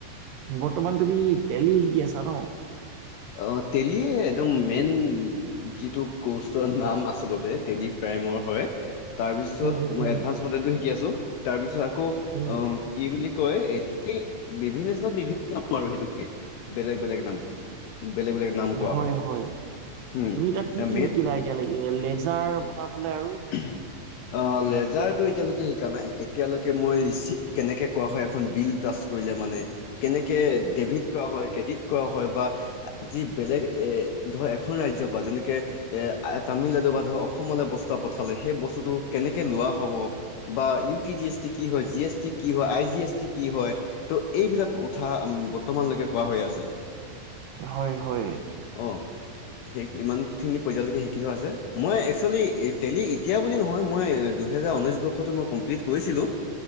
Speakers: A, on the right; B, on the left.
A: বৰ্তমান তুমি টেলি শিকি আছা ন?
B: অ, টেলি একদম মেইন উ উম যিটো কৌষ্টৰ নাম আচলতে টেলি প্ৰাইমৰ হয়, তাৰপিছত
A: উম, উম,
B: মই
A: উম,
B: এডভাঞ্চ মডেলটো শিকি আছোঁ, তাৰপিছত আকৌ,
A: উম,
B: অহ, কি বুলি কয় এই বিভি <unintelligible> বিভি <unintelligible> নাম আৰু সেইটোকে, বেলেগ বেলেগ নাম। বেলেগ বেলেগ নাম
A: উম
B: কোৱা
A: হয়, হয়,
B: উম
A: তুমি তাত কি কি
B: মেইন
A: হিকিলা এতিয়ালৈকে লেডজাৰ বনাবলে আৰু?
B: <unintelligible> অ, লেজাৰটো এতিয়ালৈকে হিকা নাই, এতিয়া লৈকে মই ৰিচিভ কেনেকে কৰা হয় এখন বিল টাচ কৰিলে মানে, কেনেকে ডেভিট কৰা হয়, ক্ৰেডিট কৰা হয় বা আজি বেলেগ এ ধৰ এখন ৰাজ্যৰ পা যেনেকে এ আ তামিলনাডু বা ধৰ অসমলে বস্তা পঠালে সেই বস্তুটো কেনেকে লোৱা হ'ব বা U T G S T কি হয়, জি এছ টি কি হয়, আই জি এছ টি কি হয় ত' এইবিলাক উথা অম, বৰ্তমানলৈকে কোৱা হৈ আছে।
A: হয়, হয়।
B: অ, সেই ইমানখিনি পৰ্যায়লৈকে হিকি লোৱা হৈছে, মই একচুৱেলি এ টেলি এতিয়া বুলি নহয় মই এ দুহেজাৰ ঊনৈছ বৰ্ষতে মই কমপ্লিট কৰিছিলোঁ,